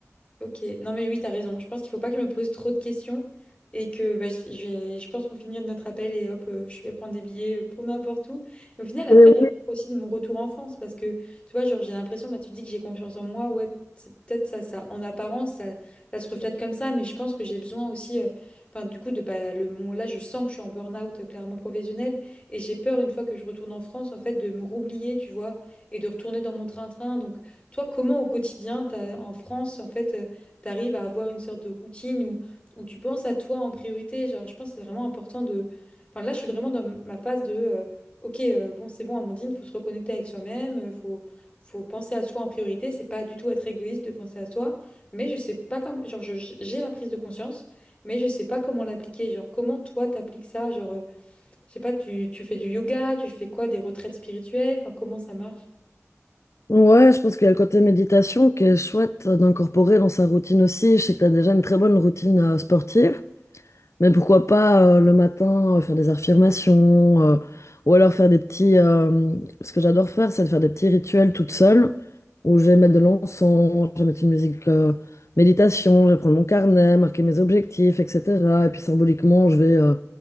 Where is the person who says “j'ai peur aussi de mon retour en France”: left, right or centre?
Left